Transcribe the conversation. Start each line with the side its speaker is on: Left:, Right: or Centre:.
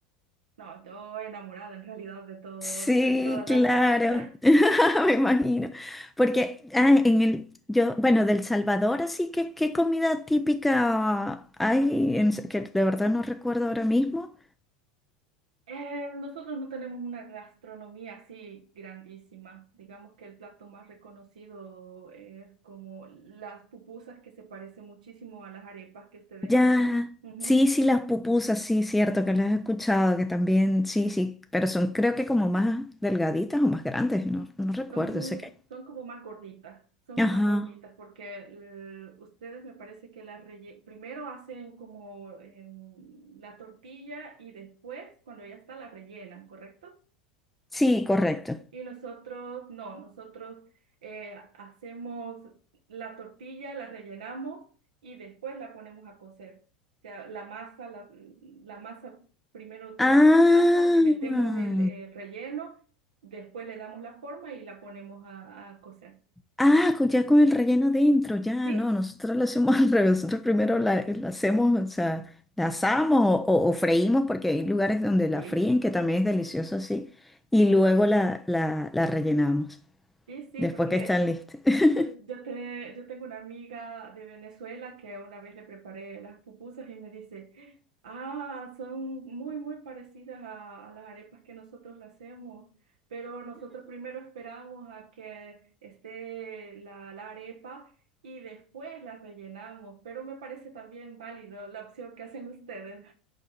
Right: no, yo enamorada en realidad de todo,
Centre: Sí,
Right: de todas las
Centre: claro,
Right: comidas.
Centre: <laughs>
Right: <laughs>
Centre: me imagino. Porque ah, en el, yo, bueno, del Salvador, así que, ¿qué comida típica hay? En s- que de verdad no recuerdo ahora mismo.
Right: Eh, nosotros no tenemos una gastronomía así grandísima. Digamos que el plato más reconocido es como las pupusas que se parece muchísimo a las arepas que ustedes
Centre: Ya,
Right: hacen. Ujú.
Centre: sí, sí, las pupusas, sí, cierto, que las he escuchado, que también, sí, sí, pero son creo que como más delgaditas o más grandes, no, no recuerdo,
Right: Son,
Centre: sé que.
Right: son como más gorditas, son
Centre: Ajá,
Right: más gorditas porque eh, ustedes me parece que las relle- primero hacen como em, la tortilla y después cuando ya está la rellenan, ¿correcto?
Centre: sí, correcto.
Right: Y nosotros no, nosotros eh, hacemos la tortilla, la rellenamos y después la ponemos a cocer. O sea, la masa, la, la masa, primero tomamos
Centre: Ah.
Right: la masa, le metemos el el relleno, después le damos la forma y la ponemos a a cocer.
Centre: Ah, con- ya con el relleno dentro, ya,
Right: Sí,
Centre: no, nosotros lo hacemos al revés, nosotros primero la, la hacemos, o sea, la asamos o, o- o freímos, porque hay lugares donde la
Right: sí,
Centre: fríen, que también es delicioso así, y luego la, la, la rellenamos,
Right: sí, sí,
Centre: después
Right: porque
Centre: que están listas. <laughs>
Right: yo, yo, te- yo tengo una amiga de Venezuela que una vez le preparé las pupusas y me dice, ah, son muy, muy parecidas a, a las arepas que nosotros las hacemos, pero nosotros primero esperamos a que esté la, la arepa y después las rellenamos, pero me parece también válido la opción que hacen ustedes.